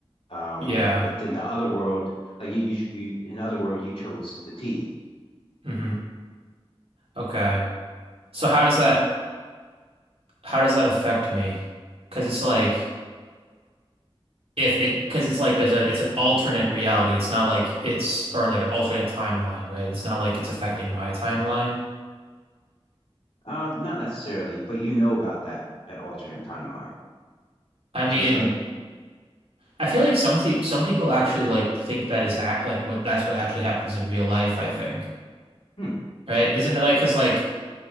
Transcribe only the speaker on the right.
Yeah.
hmm Okay. So how does that how does that affect me? 'Cause it's like if it because it's like there's a it's an alternate reality. It's not like it's or like an alternate timeline, right? It's not like it's affecting my timeline.
I mean,
I feel like some pe- some people actually like think that is act like what that's what actually happens in real life, I think.
Right?
Isn't it like because like